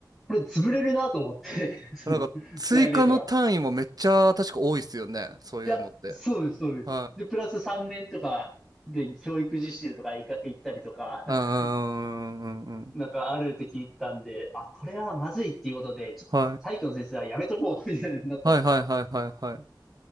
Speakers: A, in the centre; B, on the right.
A: これ潰れるなと思って、<laughs> その、
B: なんか追加の単位もめっちゃ確か多いっすよね。
A: プライベートが。
B: そういうのって。
A: いや、そうです、そうです。
B: はい。
A: で、プラス3年とかで教育実習とか行か行ったりとか、<laughs>
B: あーうんうんうんうん。
A: なんかあるって聞いたんで、あ、これはまずいっていうことで、ちょっと体育の先生はやめとこう、
B: はい。
A: みたいになったんですよ。
B: はいはいはいはいはい。